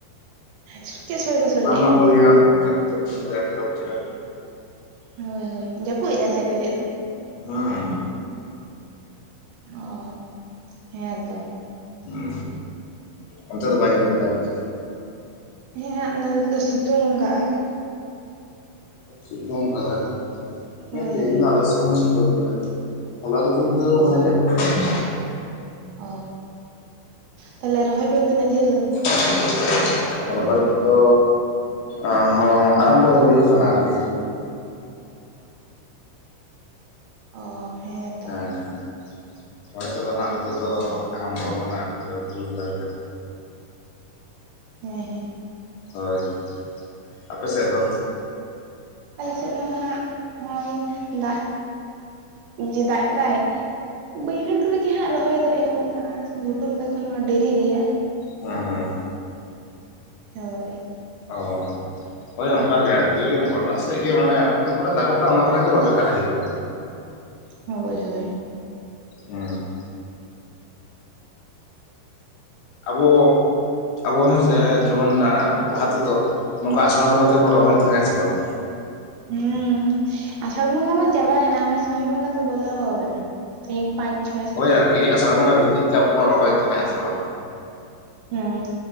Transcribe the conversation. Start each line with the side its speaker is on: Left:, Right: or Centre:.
Right: ᱪᱮᱫ ᱥᱳᱲᱮ ᱯᱮ ᱥᱳᱲᱮ
Left: ᱵᱟᱝᱢᱟ
Right: ᱞᱮᱜᱼᱟ
Left: ᱠᱚ ᱞᱟᱹᱭᱟ ᱡᱟᱹᱯᱩᱫ ᱡᱟᱹᱯᱩᱫ ᱥᱚᱲᱮ ᱫᱚ ᱟᱹᱰᱤ ᱪᱮᱨᱦᱟ ᱵᱩᱡᱷᱟᱹᱜ-ᱟ
Right: ᱦᱳᱭ ᱦᱳᱭ ᱡᱟᱹᱯᱩᱫ ᱮᱫᱟᱭ ᱥᱮ ᱟᱯᱮ ᱥᱮᱫ ᱫᱚ
Left: ᱦᱮᱸ
Right: ᱚ, ᱦᱮᱸᱛᱚ
Left: ᱦᱩᱸ, ᱚᱱᱛᱮ ᱫᱚ ᱵᱟᱭ ᱡᱟᱹᱯᱩᱫᱟ ᱟᱨᱠᱤ
Right: ᱦᱮᱸ ᱚᱱᱟ <unintelligible> ᱥᱤᱛᱩᱝ ᱠᱟᱜᱼᱟᱭ
Left: ᱥᱤᱛᱩᱝ ᱠᱟᱫᱟᱭ ᱦᱮᱸᱭᱟ
Right: ᱦᱳᱭ
Left: ᱛᱮᱦᱮᱧ
Right: ᱦᱳᱭ
Left: ᱫᱚ ᱟᱞᱮᱥᱮᱫ ᱦᱚ ᱥᱤ ᱥᱤᱛᱩᱝ ᱠᱟᱫᱟᱭ, ᱦᱚᱞᱟ ᱫᱚ ᱠᱤᱱᱛᱩ ᱢᱟᱱᱮ
Right: ᱚ
Left: ᱡᱟᱹᱯᱩᱫ <unintelligible>
Right: ᱚ, ᱛᱟᱦᱞᱮ ᱨᱚᱦᱚᱭ ᱠᱚ ᱛᱤᱱᱟᱹᱜ ᱡᱷᱟᱹᱞ
Left: <unintelligible> ᱨᱚᱦᱚᱭ ᱠᱚᱫᱚ ᱟ-ᱦᱚᱸ ᱟᱨᱟᱢᱵᱚ ᱦᱩᱭᱩᱜ ᱠᱟᱱᱟ ᱟᱨᱠᱤ
Right: ᱚ ᱦᱮᱸ ᱛᱚ᱾
Left: <unintelligible>
Right: ᱦᱮᱸ-ᱦᱮᱸ᱾
Left: ᱦᱚᱭ ᱟᱯᱮ ᱥᱮᱫ ᱫᱚ?
Right: ᱟᱞᱮ ᱥᱮᱫ ᱦᱚ ᱦᱟᱸᱜ ᱱᱚᱜᱼᱚᱭ ᱫᱟᱜ ᱡᱮ ᱫᱟᱜ ᱫᱟᱭ ᱵᱟᱹᱭᱦᱟᱹᱲ ᱠᱚ ᱨᱮ ᱱᱟᱜ ᱨᱚᱦᱚᱭ ᱫᱚ ᱮᱦᱚᱵᱚᱜ ᱠᱟᱱᱟ ᱜᱷᱩᱴᱩ ᱮᱠᱷᱚᱱ ᱦᱚᱸ ᱰᱮᱛᱨᱤ ᱜᱮᱭᱟ᱾
Left: ᱦᱚᱸ ᱦᱚᱸ᱾
Right: ᱦᱚᱭ᱾
Left: ᱚ᱾ ᱦᱚᱭ ᱚᱱᱠᱟ ᱜᱮ ᱟᱨᱠᱤ ᱜᱚᱴᱟ ᱥᱮᱫ ᱜᱮ ᱢᱟᱱᱮ ᱚᱠᱟ ᱠᱚᱨᱮ ᱫᱟᱜᱚᱜ ᱠᱟᱜ ᱚᱱᱟ ᱠᱚᱨᱮ ᱜᱮ ᱨᱚᱦᱚᱭ ᱠᱟᱜ ᱦᱩᱭᱩᱜ ᱠᱟᱱᱟ᱾
Right: ᱦᱚᱭ-ᱦᱚᱭ᱾
Left: ᱦᱩᱸ ᱟᱵᱚ ᱟᱵᱚ ᱦᱮᱸᱥᱮ ᱡᱮᱢᱚᱱ᱾ ᱞᱟᱦᱟ ᱛᱮᱫᱚ ᱱᱚᱝᱠᱟ ᱟᱥᱟᱲ ᱵᱚᱸᱜᱟ ᱛᱮᱵᱚᱱ ᱨᱚᱦᱚᱭ ᱛᱟᱦᱮᱸᱜ-ᱟ ᱥᱮ ᱵᱟᱝ?
Right: ᱦᱩᱸᱻᱻ ᱟᱥᱟᱲ ᱵᱚᱸᱜᱟ ᱢᱟ ᱪᱟᱵᱟᱭᱱᱟ ᱱᱚᱜᱼᱚᱭ ᱥᱟᱱ ᱵᱚᱸᱜᱟ ᱛᱚ ᱵᱚᱞᱚ ᱦᱟᱠᱟᱱᱟ ᱛᱮᱦᱮᱧ ᱯᱟᱸᱪ ᱪᱷᱚ ᱼᱼ
Left: ᱦᱚᱭ ᱟᱨᱠᱤ ᱟᱥᱟᱲ ᱵᱚᱸᱜᱟ ᱵᱷᱤᱛᱤᱨ ᱛᱮ ᱟᱵᱚ ᱵᱚᱱ ᱨᱚᱦᱚᱭ ᱛᱟᱦᱮᱸᱜᱼᱟ ᱥᱮ ᱵᱟᱝ?
Right: ᱦᱩᱸ᱾